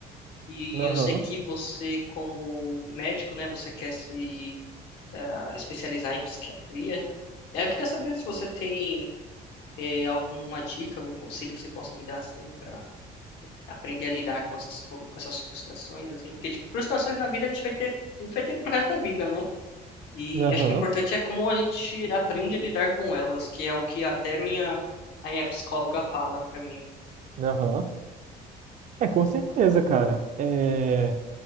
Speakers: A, on the left; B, on the right.
A: E
B: aham,
A: eu sei que você, como médico, né, você quer se ah, especializar em psiquiatria. E aí eu queria saber se você tem É, alguma dica, algum conselho que você possa me dar assim para aprender a lidar com essas co- com essas frustrações assim, porque tipo, frustrações na vida a gente vai ter, a gente vai ter pro resto da vida, né? E
B: aham,
A: acho que o importante é como a gente aprende a lidar com elas, que é o que até minha a minha psicóloga fala para mim.
B: aham. É, com certeza, cara. É,